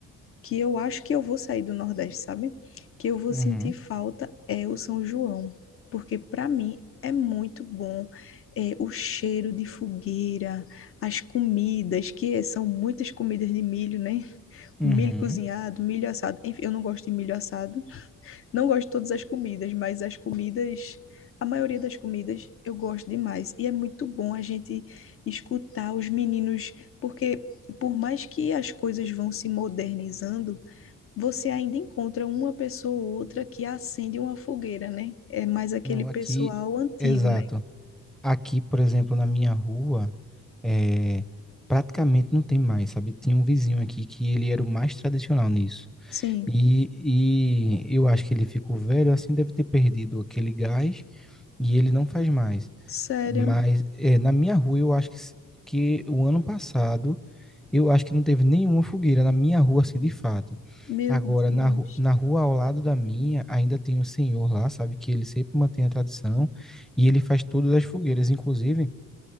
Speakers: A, on the left; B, in the centre.
A: que eu acho que eu vou sair do Nordeste, sabe? Que eu vou
B: Uhum.
A: sentir falta é o São João, porque para mim é muito bom é, o cheiro de fogueira, as comidas, que é, são muitas comidas de milho, né?
B: Uhum.
A: Milho cozinhado, milho assado. Enfim, eu não gosto de milho assado, não gosto de todas as comidas, mas as comidas, a maioria das comidas eu gosto demais. E é muito bom a gente escutar os meninos, porque por mais que as coisas vão se modernizando, você ainda encontra uma pessoa ou outra que acende uma fogueira, né? É mais aquele
B: Não,
A: pessoal
B: aqui,
A: antigo,
B: exato.
A: né?
B: Aqui, por exemplo, na minha rua, é, praticamente não tem mais, sabe? Tinha um vizinho aqui que ele era o mais tradicional nisso.
A: Sim.
B: E, e eu acho que ele ficou velho, assim, deve ter perdido aquele gás e ele não faz mais.
A: Sério?
B: Mas é, na minha rua eu acho que, s- que o ano passado eu acho que não teve nenhuma fogueira na minha rua, assim, de fato.
A: Meu
B: Agora,
A: Deus.
B: na, ru- na rua ao lado da minha, ainda tem um senhor lá, sabe, que ele sempre mantém a tradição e ele faz todas as fogueiras. Inclusive,